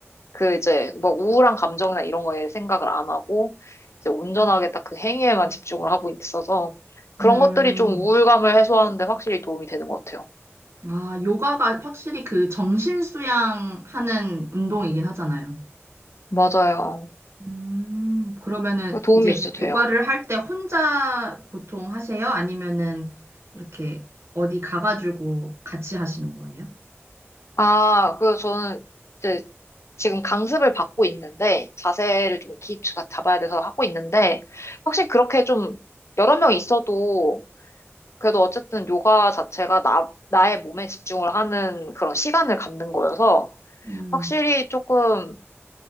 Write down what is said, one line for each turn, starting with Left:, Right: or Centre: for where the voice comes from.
Left: 그 이제 뭐 우울한 감정이나 이런 거에 생각을 안 하고 이제 온전하게 딱 그 행위에만 집중을 하고 있어서 그런
Right: 음.
Left: 것들이 좀 우울감을 해소하는데 확실히 도움이 되는 것 같아요.
Right: 아, 요가가 확실히 그 정신 수양하는 운동이긴 하잖아요.
Left: 맞아요.
Right: 음, 그러면은
Left: 그 도움이
Right: 이제
Left: 진짜
Right: 네. 요가를
Left: 돼요.
Right: 할 때 혼자 보통 하세요? 아니면은 이렇게 어디 가가지고 같이 하시는 거예요?
Left: 아, 그 저는 이제 지금 강습을 받고 있는데 자세를 좀 기초가 잡아야 돼서 하고 있는데 확실히 그렇게 좀 여러 명 있어도 그래도 어쨌든 요가 자체가 나, 나의 몸에 집중을 하는 그런 시간을 갖는 거여서
Right: 음,
Left: 확실히 조금